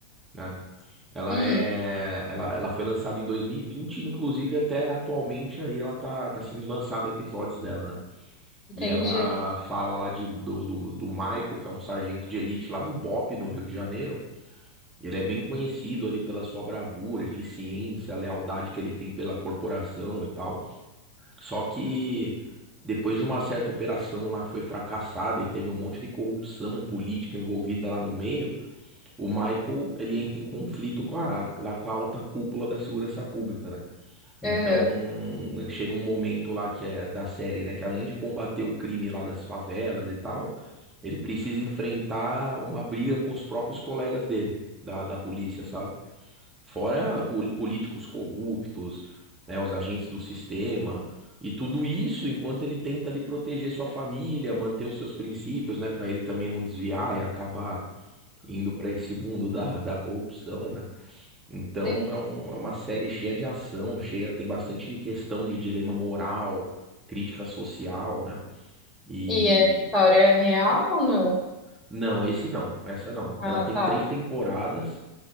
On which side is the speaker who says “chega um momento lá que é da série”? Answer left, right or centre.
Right